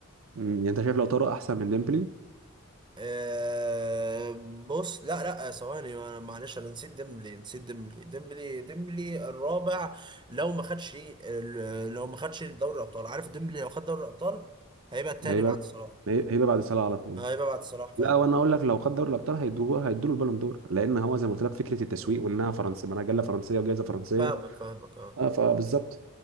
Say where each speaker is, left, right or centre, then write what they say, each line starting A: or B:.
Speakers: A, on the right (about 65°); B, on the right (about 20°).
A: أمم. يعني انت شايف لو طارق احسن من ديمبلي
B: أه بص لا لا ثواني انا معلش انا نسيت ديمبلي نسيت ديمبلي ديمبلي ديمبلي الرابع لو ما خدش ال- لو ما خدش دوري الابطال عارف ديمبلي لو خد دوري الابطال هيبقى التاني
A: هيبقى
B: بعد صلاح
A: هي- هيبقى بعد صلاح على طول
B: آه، هيبقى بعد صلاح فعلا
A: لا وانا اقول لك لو خد دوري الابطال هيدوه هيدوا له البالون دور لان هو زي ما قلت لك فكره التسويق
B: مم.
A: وانها فرنسا مجله فرنسيه وجائزه فرنسيه
B: فاهمك فاهمك اه
A: اه فبالظبط